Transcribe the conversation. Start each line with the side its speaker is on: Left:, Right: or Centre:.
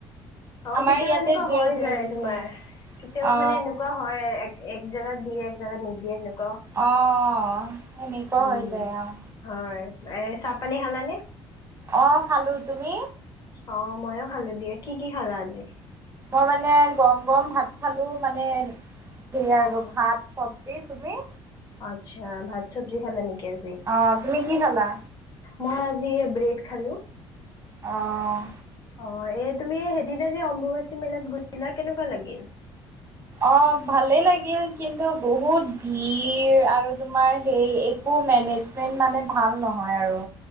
Left: অ
Right: আমাৰ
Left: কেতিয়াবা
Right: ইয়াতে
Left: এনেকুৱা
Right: জোৰে
Left: হয়
Right: জোৰে
Left: যায়
Right: দিছে
Left: তোমাৰ কেতিয়াবা
Right: অ
Left: মানে এনেকুৱা হয়। এক জেগাত দিয়ে এক জেগা নিদিয়ে সেনেকোৱা।
Right: অহ সেনেকোৱা
Left: উম,
Right: হৈ যায় অহ।
Left: হয়। এ চাহ পানী খালানে।
Right: অ খালো তুমি।
Left: অ ময়ো খালো দিয়া কি কি খালা আজি।
Right: মই মানে গৰম গৰম ভাত খালো মানে সে আৰু
Left: অ'
Right: ভাত চব। যি তুমি।
Left: আচ্ছা ভাত চব্জি খালে নেকি আজি।
Right: অ তুমি কি খালা?
Left: মই আজি ব্ৰেড খালো।
Right: অহ।
Left: অ এ তুমি সেইদিনা যে অম্বুবাচী মেলাত গৈচিলা কেনেকুৱা লাগিল।
Right: অ ভালেই লাগিল কিন্তু বহুত ভিৰ আৰু তোমাৰ সেই একো মেনেজমেণ্ট মানে ভাল নহয় আৰু।